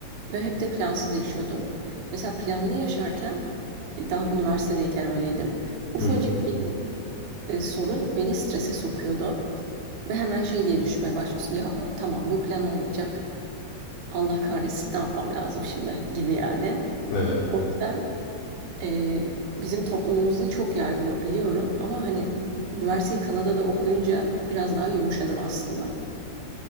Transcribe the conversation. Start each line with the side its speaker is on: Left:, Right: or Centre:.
Right: Ve hep de plansız yaşıyordum. Mesela planlı yaşarken e, daha üniversitedeyken öyleydim. Ufacık
Left: Hı hı.
Right: bir e, sorun beni strese sokuyordu. Ve hemen şey diye düşmeye başlıyorsun. Ya tamam bu plan olmayacak. Allah kahretsin ne yapmam lazım şimdi gibi yani.
Left: Evet.
Right: O yüzden e, bizim toplumumuzda çok yaygın o biliyorum. Ama hani üniversiteyi Kanada'da okuyunca biraz daha yumuşadım aslında.